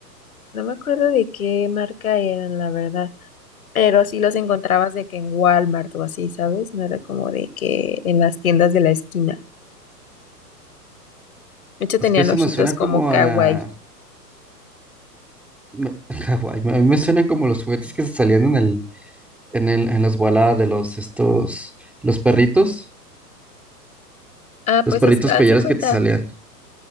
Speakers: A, on the left (about 60°); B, in the centre.
A: No me acuerdo de qué marca eran, la verdad. Pero sí los encontrabas de que en Walmart o así, ¿sabes? No era como de que en las tiendas de la esquina. De hecho, tenían
B: Es que eso
A: ojitos
B: me suena
A: como
B: como
A: kawaii.
B: a me- <laughs> Hawái, a mí me suena como los juguetes que se salían en el, en el, en las baladas de los, estos, los perritos,
A: Ah,
B: los
A: pues
B: perritos
A: haz, haz
B: collares
A: de cuenta,
B: que te salían.